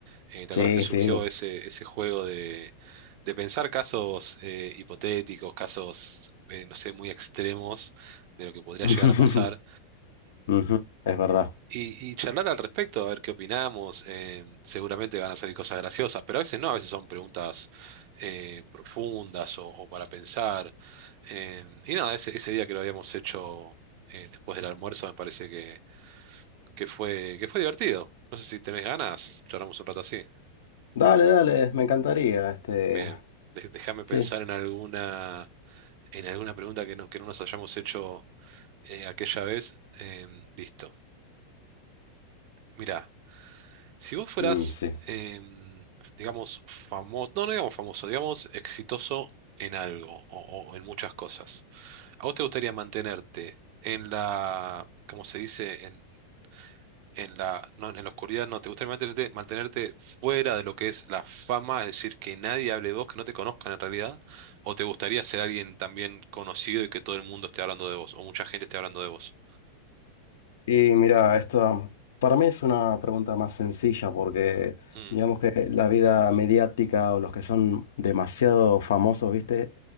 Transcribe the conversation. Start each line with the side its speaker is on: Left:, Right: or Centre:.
Right: eh, te
Left: Sí,
Right: acordás que surgió
Left: sí.
Right: ese, ese juego de, de pensar casos eh, hipotéticos, casos, eh, no sé, muy extremos de lo que podría
Left: <laughs>
Right: llegar a pasar.
Left: Ujú, Es verdad.
Right: y, y charlar al respecto, a ver qué opinamos. eh, seguramente van a salir cosas graciosas, pero a veces no, a veces son preguntas eh, profundas o, o para pensar. eh, y nada, ese, ese día que lo habíamos hecho eh, después del almuerzo me parece que, que fue, que fue divertido. No sé si tenés ganas, charlamos un rato así.
Left: Dale, dale, me encantaría. Este.
Right: Bien, de- déjame pensar
Left: Sí.
Right: en alguna, en alguna pregunta que no, que no nos hayamos hecho eh, aquella vez. Em, listo. Mira, Si vos fueras,
Left: Mm, sí.
Right: em, digamos, famoso, no, no digamos famoso, digamos exitoso en algo o, o en muchas cosas, ¿a vos te gustaría mantenerte en la, como se dice, en, en la, no, en la oscuridad? No, ¿te gustaría mantenerte, mantenerte fuera de lo que es la fama, es decir, que nadie hable de vos, que no te conozcan en realidad? ¿O te gustaría ser alguien también conocido y que todo el mundo esté hablando de vos, o mucha gente esté hablando de vos?
Left: Y mira, esta para mí es una pregunta más sencilla porque
Right: Mm,
Left: digamos que la vida mediática o los que son demasiado famosos, ¿viste?